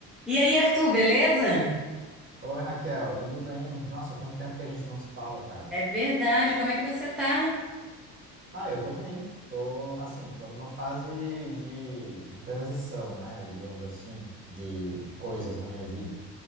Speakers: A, in the centre; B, on the right (about 25°).
A: E aí, Arthur, beleza?
B: Oi, Raquel, tudo bem? Nossa, quanto tempo que a gente não se fala, cara.
A: É verdade. Como é que você tá?
B: Ah, eu tô bem. Tô, assim, tô numa fase de, de transição, né? Digamos assim, de, de coisas na minha vida.